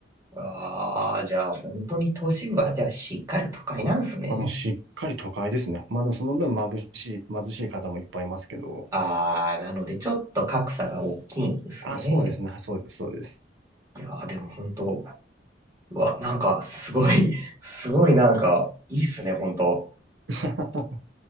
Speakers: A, on the right; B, on the right.
A: ああ、じゃあ本当に都市部はじゃあしっかり都会なんですね。
B: あ、もうしっかり都会ですね。まあでもその分眩しい、貧しい方もいっぱいいますけど。
A: ああ、なのでちょっと格差が大きいんですね。
B: あ、そうですね。そうです、そうです。
A: いやーでも本当、うわ、なんかすごい、すごいなんかいいっすね、本当。
B: <laughs>